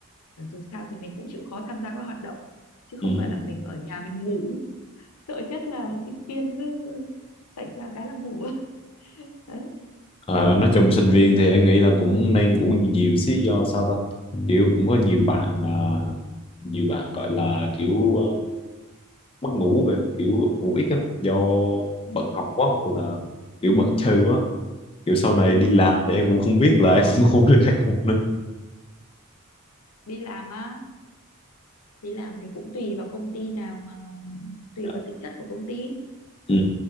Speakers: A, on the left; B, on the left.
A: Ờ, dù sao thì mình cũng chịu khó tham gia các hoạt động chứ
B: Ừ.
A: không phải là mình ở nhà mình ngủ sợ nhất là sinh viên cứ sạch ra cái là ngủ <laughs> đấy
B: Ờ, nói chung sinh viên thì em nghĩ là cũng nên ngủ nhiều xí do sao ta kiểu cũng có nhiều bạn mà nhiều bạn gọi là kiểu ờ, mất ngủ kìa kiểu ngủ ít á do
A: ừ.
B: bận học quá hoặc là kiểu bận chơi quá kiểu sau này
A: Ừ.
B: đi làm thì em cũng không biết là em <laughs> cũng ngủ được hay không
A: đi làm á đi làm thì cũng tùy vào công ty nào mà tùy
B: dạ,
A: vào tính chất của công ty
B: ừ